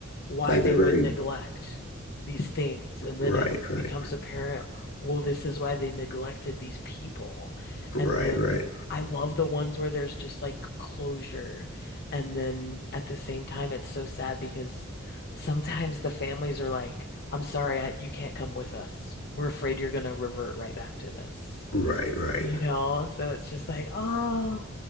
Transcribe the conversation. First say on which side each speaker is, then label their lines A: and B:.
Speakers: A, on the left; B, on the left.
A: why
B: Like
A: they
B: they're very
A: would neglect these things. And then
B: right,
A: it
B: right,
A: becomes apparent, well, this is why they neglected these people.
B: right,
A: And then
B: right,
A: I love the ones where there's just like closure. And then at the same time, it's so sad because sometimes the families are like, I'm sorry, I, you can't come with us. We're afraid you're going to revert right back to this.
B: right, right.
A: You know, so it's just like, oh,